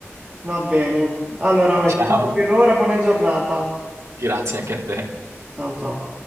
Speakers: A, on the right; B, on the right.
A: Va bene. Allora,
B: Ciao,
A: ciao per ora, buona giornata.
B: grazie anche a te.
A: Ciao ciao.